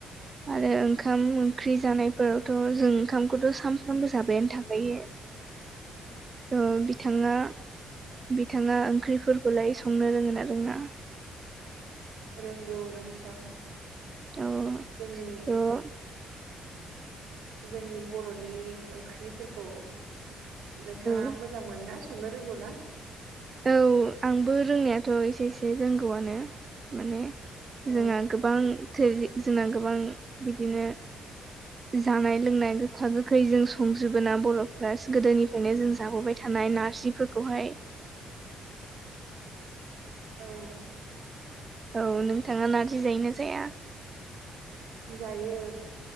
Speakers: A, on the right; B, on the right.
A: आरो ओंखाम ओंख्रि जानायफोरावथ' जों ओंखामखौथ' सानफ्रामबो जाबायानो थाखायो।
B: <inaudible>
A: थ' बिथांङा बिथांङा ओंख्रिफोरखौलाय संनो रोंङो ना रोंङा
B: रोंगौ नोंथां
A: औ
B: जोंनि
A: थ'
B: जोंनि बर'नि ओंख्रिफोरखौ नोंथांङा
A: औ
B: मोजां मोन ना संनो रोंगौ ना
A: औ आंबो रोंनायाथ' एसे एसे रोंगौआनो माने
B: औ
A: जोंहा गोबां थोर जोंना गोबां बिदिनो जानाय लोंनाय गोखा गोखै जों संजोबोोना बर'फ्रा गोदोनि ओंखायनो जों जाबोबाय थानाय नारजिफोरखौहाय
B: औ
A: औ नोंथांङा नारजि जायो ना जाया
B: जायो